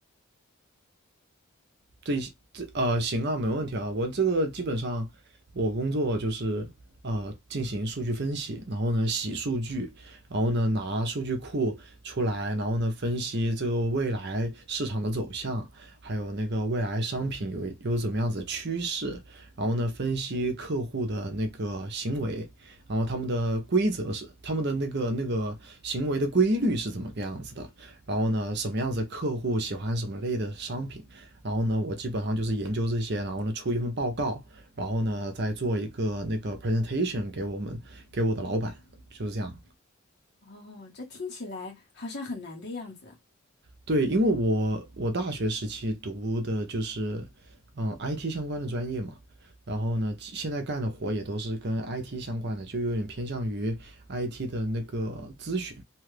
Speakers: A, on the right (about 50°); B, on the left (about 50°).
A: 这这呃行啊，没问题啊。我这个基本上我工作就是呃进行数据分析，然后呢洗数据，然后呢拿数据库出来，然后呢分析这个未来市场的走向，还有那个未来商品有有怎么样子的趋势，然后呢分析客户的那个行为。然后他们的规则是他们的那个那个行为的规律是怎么个样子的，然后呢，什么样子的客户喜欢什么类的商品，然后呢，我基本上就是研究这些，然后呢出一份报告，然后呢再做一个那个 presentation 给我们给我的老板，就是这样。
B: 哦，这听起来好像很难的样子。
A: 对，因为我我大学时期读的就是嗯 IT 相关的专业嘛，然后呢现在干的活也都是跟 IT 相关的，就有点偏向于 IT 的那个咨询